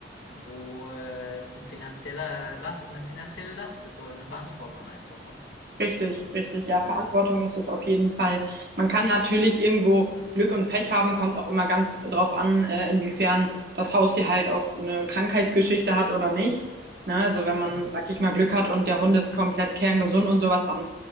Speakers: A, on the left; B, on the right.
A: wo äh, es ein finanzieller La eine finanzielle Last ist oder eine Verantwortung einfach, ne?
B: Richtig, richtig. Ja,
A: Ja.
B: Verantwortung ist es
A: Hm.
B: auf jeden Fall. Man kann natürlich irgendwo Glück und Pech haben, kommt auch immer ganz drauf an, äh, inwiefern das Haustier halt auch eine Krankheitsgeschichte hat oder nicht. Ne, also wenn man,
A: Hm.
B: sag ich mal, Glück hat und der Hund ist komplett kerngesund und sowas, dann,